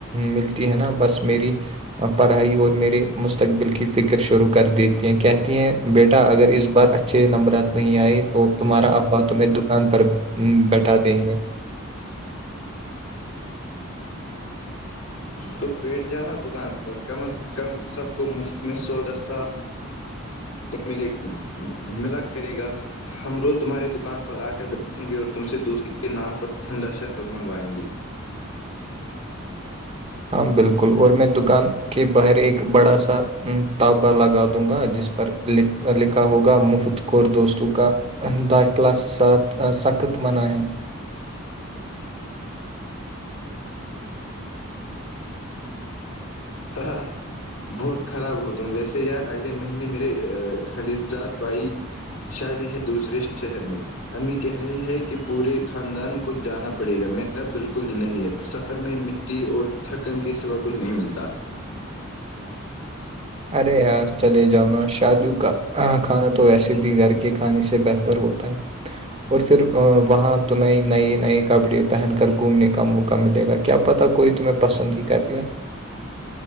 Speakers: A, on the right (about 25°); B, on the left (about 80°).
A: ملتی ہے نا بس میری پڑھائی اور میرے مستقبل کی فکر شروع کر دیتی ہیں کہتی ہیں بیٹا اگر اس بار اچھا اچھے نمبرات نہیں آئی تو تمہارا اا تمہیں دکان پر بیٹھا دیں گے
B: تو بیٹھ جانا دکان پر کم از کم سب کو مفت میں سودا صاف تو ملے ملا کرے گا ہم روز تمہاری دکان پر آ کر بیٹھیں گے اور تم سے دوستی کے نام پر ٹھنڈا شربت منگوائیں گے
A: ہاں بالکل اور میں دکان کے باہر ایک بڑا سا تابا لگا دوں گا جس پر لکھا ہوگا مفت کور دوستوں کا داخلہ سات سخت منا ہے
B: ہاں ہاں ہاں بہت خراب ہوتا ہوں ویسے یار اگلے مہینے میرے خالجاد بھائی شادی ہے دوسرے شہر میں امی کہہ رہی ہے کہ پورے خاندان کو جانا پڑے گا میرا بالکل دل نہیں ہے اس سفر میں مٹی اور تھکن کے سوا کچھ نہیں ملتا
A: ارے یار چلے جاؤ نا جادو کا کھانا تو ویسے بھی گھر کے کھانے سے بہتر ہوتا ہے اور پھر وہاں تمہیں نئے نئے کپڑے پہن کر گھومنے کا موقع ملے گا کیا پتا کوئی تمہیں پسند ہی کر لے